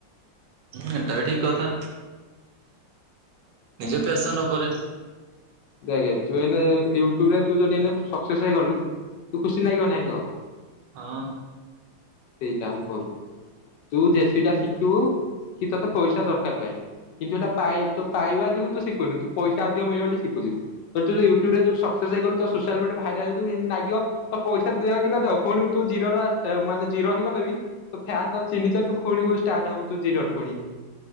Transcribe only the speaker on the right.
ହଁ ହେଟା ବି ଠିକ୍ କଥା ନିଜେ ପ୍ୟାସନ୍ ଉପରେ
ହଁ।